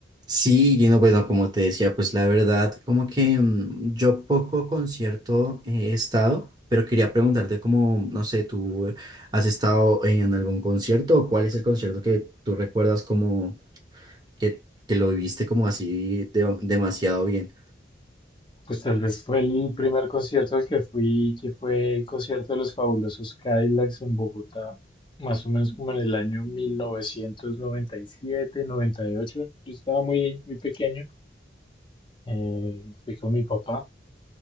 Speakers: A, on the right (about 20°); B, on the left (about 25°).
A: Sí, Gino, bueno, como te decía, pues la verdad, como que mm, yo poco concierto eh, he estado, pero quería preguntarte como, no sé, ¿tú eh, has estado en algún concierto o cuál es el concierto que tú recuerdas como que, que lo viviste como así de- demasiado bien?
B: Pues tal vez fue el primer concierto al que fui, que fue el concierto de los Fabulosos Cadillacs en Bogotá, más o menos como en el año 1997, 98. Yo estaba muy, muy pequeño, eh, fui con mi papá